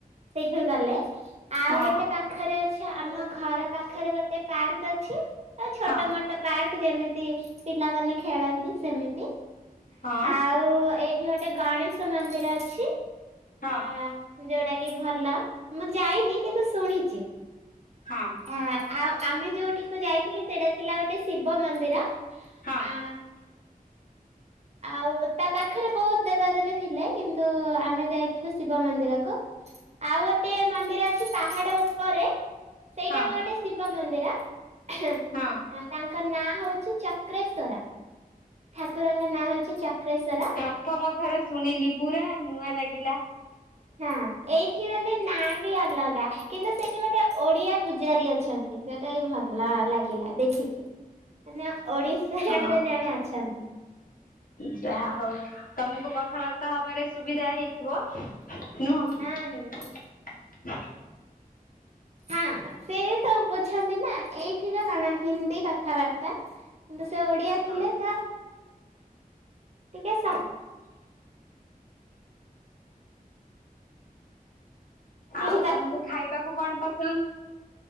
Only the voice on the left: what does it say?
ହଁ
ହଁ
ହଁ
ହଁ
ହଁ।
ହଁ
ହଁ।
ହଁ
ପ୍ରଥମ ଥର ଶୁଣିଲି ପୁରା ନୂଆ ଲାଗିଲା।
ହଁ
ଯାହା ହଉ ତମକୁ କଥାବାର୍ତ୍ତା ହବାରେ ସୁବିଧା ହେଇଛି ଥିବ ନୁହ କି?
ହଁ
<unintelligible> ଆଉ
ତମକୁ ଖାଇବାକୁ କଣ ପସନ୍ଦ?